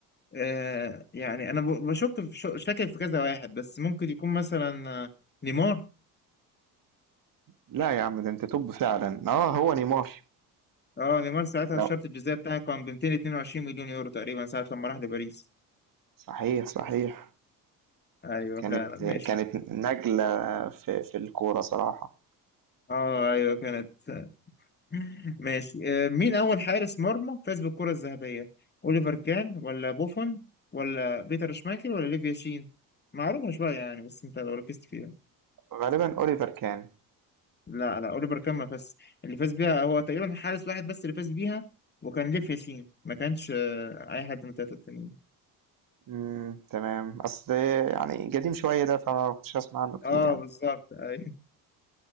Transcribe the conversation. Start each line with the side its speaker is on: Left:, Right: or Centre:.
Left: آه يعني أنا ب- بشك في شاكك في كذا واحد بس ممكن يكون مثلا آه، نيمار
Right: لا يا عم ده أنت توب فعلا، آه هو نيمار،
Left: اه نيمار ساعتها
Right: لا
Left: الشرط الجزائي بتاعه كان ب 222 مليون يورو تقريبا ساعة لما راح لباريس
Right: صحيح صحيح
Left: ايوه
Right: كانت
Left: فعلا ماشي
Right: كانت نجلة في في الكورة صراحة
Left: اه ايوه كانت <laughs> ماشي آه، مين اول حارس مرمى فاز بالكرة الذهبية اوليفر كان ولا بوفون ولا بيتر شمايكل ولا ليفيا شين معروفة شوية يعني بس انت لو ركزت فيها
Right: غالبًا أوليفر كان،
Left: لا لا اوليفر كان ما فاز اللي فاز بيها هو تقريبا حارس واحد بس اللي فاز بيها وكان ليفيا شين ما كانش آه، اي حد من التلاتة التانيين
Right: إمم، تمام، أصل يعني قديم شوية ده فما كنتش أسمع عنه كتير
Left: اه
Right: يعني،
Left: بالظبط ايوه